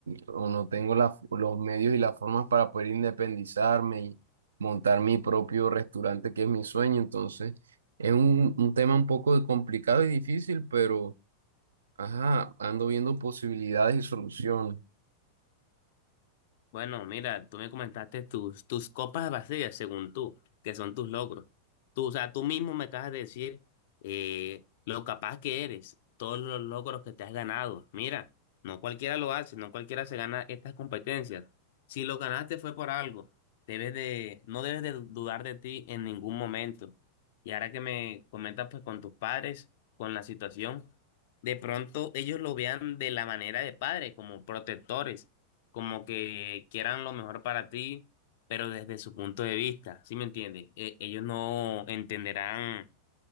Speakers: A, on the right; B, on the left.
A: o no tengo la- los medios y las formas para poder independizarme y montar mi propio restaurante, que es mi sueño, entonces es un, un tema un poco complicado y difícil, pero ajá, ando viendo posibilidades y soluciones.
B: Bueno, mira, tú me comentaste tus, tus copas vacías, según tú, que son tus logros. Tú, o sea, tú mismo me acabas de decir eh, lo capaz que eres, todos los logros que te has ganado. Mira, no cualquiera lo hace, no cualquiera se gana estas competencias. Si lo ganaste fue por algo. Debes de, no debes de dudar de ti en ningún momento. Y ahora que me comentas pues con tus padres, con la situación, de pronto ellos lo vean de la manera de padre, como protectores como que quieran lo mejor para ti, pero desde su punto de vista, ¿sí me entiendes? E- ellos no entenderán